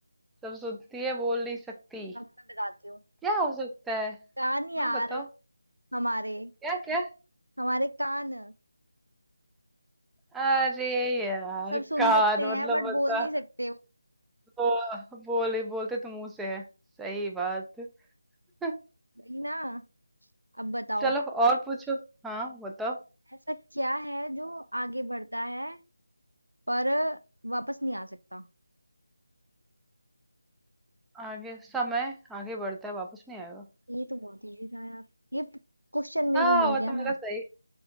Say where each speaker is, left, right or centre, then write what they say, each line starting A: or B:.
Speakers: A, in the centre; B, on the right (about 85°).
A: सब सुनती है बोल नहीं सकती
B: अब मैं बताती हूँ
A: क्या हो सकता है
B: कान यार
A: हाँ बताओ
B: हमारे
A: क्या क्या
B: हमारे कान
A: अरे यार
B: सब सुन
A: कान
B: सकते
A: मतलब
B: हैं बट
A: बता
B: बोल नहीं सकते
A: वो बोले बोलते तो मुंह से है सही बात <laughs>
B: वही ना अब बताओ
A: चलो और पूछो हाँ बताओ
B: ऐसा क्या है जो आगे बढ़ता है पर वापस नहीं आ सकता
A: आगे समय आगे बढ़ता है वापस नहीं आएगा
B: ये तो बहुत इजी था यार ये क्वेश्चन में
A: हाँ
B: वो मिल
A: वो
B: गया
A: तो मेरा
B: ना
A: सही